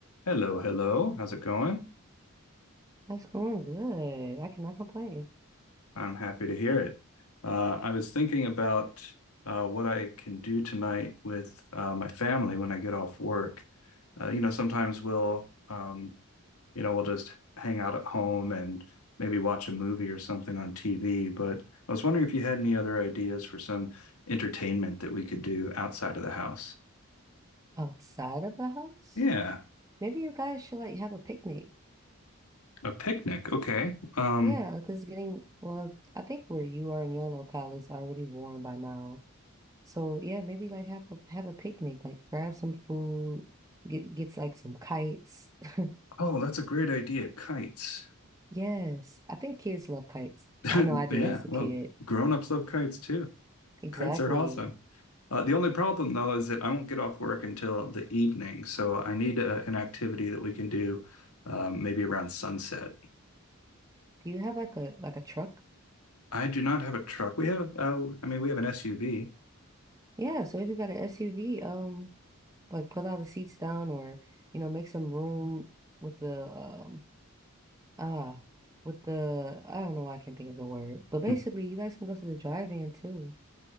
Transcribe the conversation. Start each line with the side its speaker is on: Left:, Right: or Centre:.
Left: Hello, hello. How's it going?
Right: That's going good. I cannot complain.
Left: I'm happy to hear it. Uh, I was thinking about uh, what I can do tonight with uh, my family when I get off work. Uh, you know, sometimes we'll, um, you know, we'll just hang out at home and maybe watch a movie or something on TV. But I was wondering if you had any other ideas for some entertainment that we could do outside of the house.
Right: Outside of the house?
Left: Yeah,
Right: Maybe you guys should like have a picnic.
Left: a picnic. Okay. Um,
Right: Yeah, because it's getting, well, I think where you are in your locale is already warm by now. So yeah, maybe like have a have a picnic, like grab some food, get gets like some kites. <laughs>
Left: oh, that's a great idea. Kites.
Right: Yes, I think kids love kites.
Left: <laughs>
Right: I know I did
Left: Yeah,
Right: as a
Left: well,
Right: kid.
Left: grown-ups love kites too.
Right: Exactly.
Left: Kites are awesome. Uh, the only problem though is that I won't get off work until the evening, so I need uh an activity that we can do um, maybe around sunset.
Right: Do you have like a like a truck?
Left: I do not have a truck. We have, uh, I mean, we have an SUV
Right: Yeah, so if you got an SUV, um, like put all the seats down or, you know, make some room with the um ah with the I don't know why I can't think of the word. But basically
Left: <laughs>
Right: you guys can go to the drive-in too.